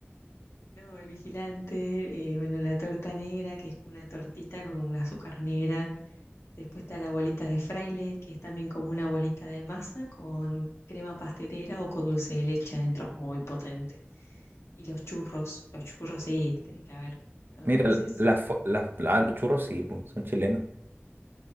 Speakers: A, on the left (about 75°); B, on the right (about 50°).
A: No, el vigilante, eh, bueno, la torta negra, que es como una tortita con un azúcar negra Después está la bolita de fraile, que es también como una bolita de masa con crema pastelera o con dulce de leche adentro, muy potente. Y los churros, los churros sí, tenés que haber, ¿lo
B: Mira,
A: conoces?
B: las la, fo- la- la- los churros sí, po, son chilenos.